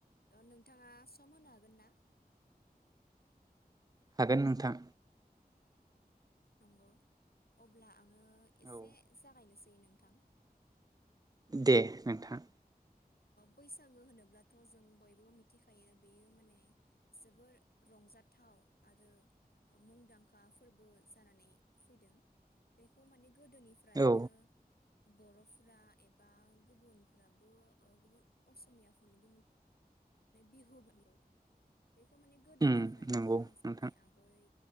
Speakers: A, on the left (about 70°); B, on the right (about 25°).
A: नों नोंथाङा सम होनो हागोन ना?
B: हागोन नोंथां
A: नंगौ अब्ला आं ओ एसे
B: औ
A: जागायनो सै नोंथां
B: दे नोंथां
A: बैसागो होनोब्लाथ' जों बयबो मिथिखायो बेयो माने जोबोर रंजाथाव आरो मुंदांखा फोरबो जानानै फैदों बेखौ माने गोदोनिफ्रायनो
B: औ
A: बर'फ्रा एबा गुबुनफ्राबो ओ गुबुन असमियाफोरनिबो मोन माने बिहु बेखौ बेखौ माने गोदोनिफ्रायनो
B: उम नंगौ
A: जोंनि
B: नोंथां
A: आबै